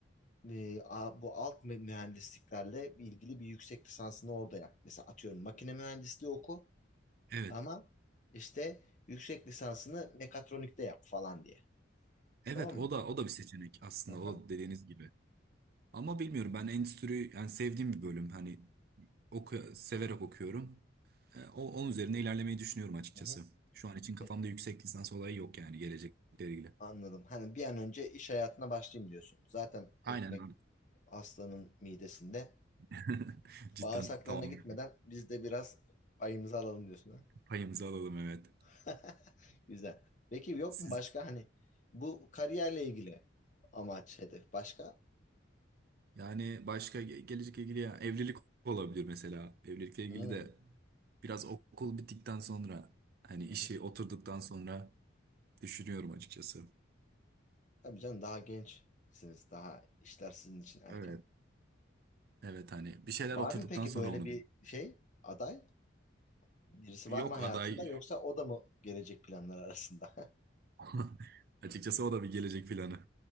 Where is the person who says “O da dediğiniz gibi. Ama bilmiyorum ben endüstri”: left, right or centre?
Right